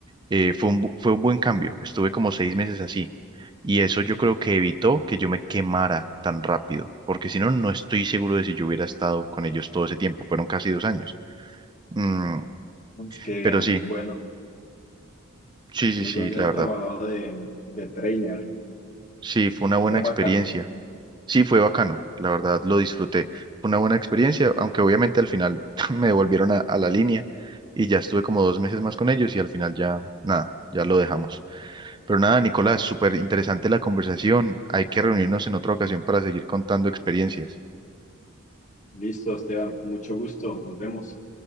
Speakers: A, on the right (about 20°); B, on the left (about 35°).
A: eh, fue un, bu- fue un buen cambio. Estuve como seis meses así. Y eso yo creo que evitó que yo me quemara tan rápido, porque si no, no estoy seguro de si yo hubiera estado con ellos todo ese tiempo. Fueron casi dos años. Mm,
B: Es que
A: pero
B: muy
A: sí,
B: bueno,
A: sí, sí,
B: muy
A: sí,
B: bueno que haya
A: la verdad.
B: trabajado de, de trainer.
A: Sí, fue
B: Debe
A: una buena
B: ser
A: experiencia.
B: bacano.
A: Sí, fue bacano, la verdad, lo disfruté. Fue una buena experiencia, aunque obviamente al final <laughs> me devolvieron a, a la línea y ya estuve como dos meses más con ellos y al final ya, nada, ya lo dejamos. Pero nada, Nicolás, súper interesante la conversación. Hay que reunirnos en otra ocasión para seguir contando experiencias.
B: Listo, Esteban, con mucho gusto. Nos vemos.